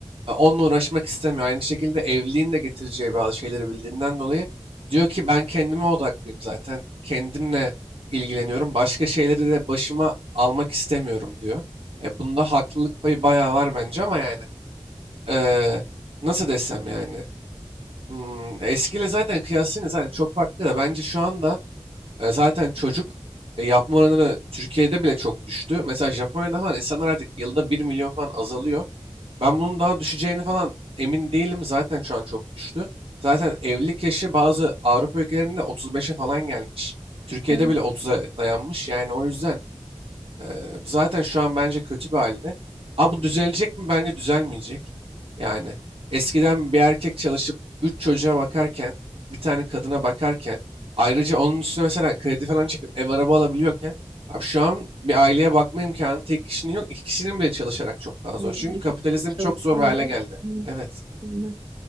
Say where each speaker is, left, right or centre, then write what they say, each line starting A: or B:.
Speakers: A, on the right; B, on the right.
A: e, onunla uğraşmak istemiyor. Aynı şekilde evliliğin de getireceği bazı şeyleri bildiğinden dolayı diyor ki ben kendime odaklıyım zaten. Kendimle ilgileniyorum. Başka şeyleri de başıma almak istemiyorum diyor. E, bunda haklılık payı bayağı var bence ama yani eee, nasıl desem yani hmm, eskiyle zaten kıyaslayınca zaten çok farklı da bence şu anda e, zaten çocuk e, yapma oranı da Türkiye'de bile çok düştü. Mesela Japonya'da falan insanlar artık yılda bir milyon falan azalıyor. Ben bunun daha düşeceğini falan emin değilim. Zaten şu an çok düştü. Zaten evlilik yaşı bazı Avrupa ülkelerinde 35'e falan gelmiş. Türkiye'de
B: Tabii.
A: bile 30'a dayanmış. Yani o yüzden ee, zaten şu an bence kötü bir halde. Ama bu düzelecek mi? Bence düzelmeyecek. Yani eskiden bir erkek çalışıp 3 çocuğa bakarken, bir tane kadına bakarken, ayrıca onun üstüne mesela kredi falan çekip ev araba alabiliyorken, abi şu an bir aileye bakma imkanı tek kişinin yok. İki kişinin bile çalışarak çok daha zor.
B: Yani
A: Çünkü
B: iki
A: kapitalizm
B: kişi çalışsa
A: çok zor bir hale
B: bile
A: geldi.
B: evet,
A: Evet.
B: aynen.